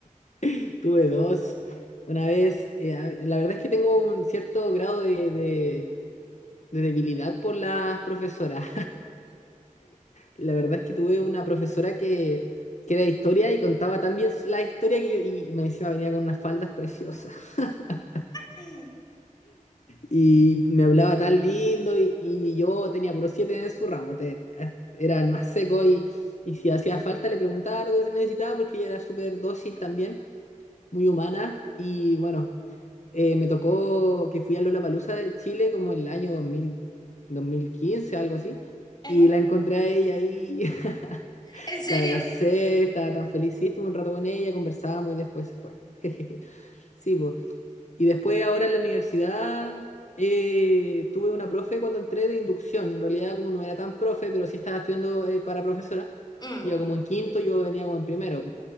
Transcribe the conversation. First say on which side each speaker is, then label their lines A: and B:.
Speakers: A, on the left; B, on the left.
A: <laughs> tuve dos. Una vez, eh, a- la verdad es que tengo un cierto grado de, de- de debilidad por las profesoras. La verdad es que tuve una profesora que, que era de historia y contaba tan bien la historia que yo, y me decía, venía con unas faldas preciosas. <laughs>
B: Ujú,
A: Y me hablaba tan lindo y, y yo tenía puro siete en su ramo, te- era el más seco y, y si hacía falta le preguntaba lo que se necesitaba porque ella era súper dócil también, muy humana. Y bueno, eh, me tocó que fui a Lollapalooza de Chile como el año 2000, 2015, algo así,
B: ujú.
A: y la encontré a ella ahí <laughs>
B: ¿En serio?
A: La abracé, estaba tan feliz, sí, estuve un rato con ella, conversábamos y después se fue. <laughs> Sí, pues. Y después ahora en la universidad eh, tuve una profe cuando entré de inducción. En realidad como no era tan profe, pero sí estaba estudiando eh, para profesora.
B: Mm,
A: Iba como en quinto, yo venía como en primero.